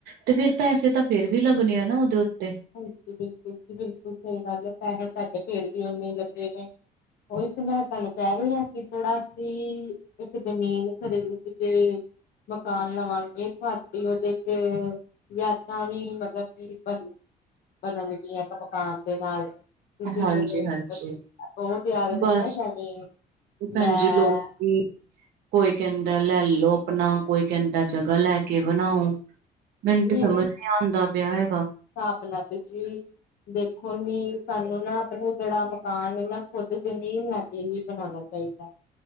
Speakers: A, on the right (about 75°); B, on the left (about 65°).
A: ਤੇ ਫੇਰ ਪੈਸੇ ਤਾਂ ਫੇਰ ਵੀ ਲੱਗਣੇ ਆ ਨਾ ਉਹਦੇ ਉੱਤੇ।
B: ਹਾਂਜੀ ਬਿਲਕੁਲ ਜੀ ਬਿਲਕੁਲ ਸਹੀ ਗੱਲ ਹੈ ਪੈਸੇ ਤੁਹਾਡੇ ਫੇਰ ਵੀ ਓਨੇ ਲੱਗੇ ਨੇ। ਉਹੀ ਤਾਂ ਮੈਂ ਤਾਂਨੁ ਕਹ ਰੀ ਹਾਂ ਕਿ ਜਿਹੜਾ ਅਸੀ ਇੱਕ ਜ਼ਮੀਨ ਖਰੀਦ ਕੇ ਮਕਾਨ ਲਵਾਂਗੇ ਤੁਹਾਡੀ ਉਹਦੇ ਚ ਯਾਦਾਂ ਵੀ ਮਤਲਬ ਕਿ ਬਣ ਬਣਨਗੀਆਂ ਇੱਕ ਮਕਾਨ ਦੇ ਨਾਲ। ਤੁਸੀਂ
A: ਹਾਂਜੀ ਹਾਂਜੀ
B: <unintelligible>
A: ਬਸ ਭੈਣ
B: ਮੈਂ
A: ਜੀ ਲੋਕੀ ਕੋਈ ਕਹਿੰਦਾ ਲੈਲੋ ਆਪਣਾ ਕੋਈ ਕਹਿੰਦਾ ਜਗ੍ਹਾ ਲੈ ਕੇ ਬਣਾਓ। ਮੈਨੂੰ ਤੇ
B: ਮੇਰੇ
A: ਸਮਝ ਨੀ ਆਦਾ ਪਿਆ ਹੈਗਾ।
B: <unintelligible> ਦੇਖੋ ਨੀ ਸਾਨੂੰ ਨਾ ਆਪਣੇ ਜਿਹੜਾ ਮਕਾਨ ਨੇ ਨਾ ਖੁੱਦ ਜ਼ਮੀਨ ਲੈ ਕੇ ਬਣਾਉਣਾ ਚਾਹੀਦਾ।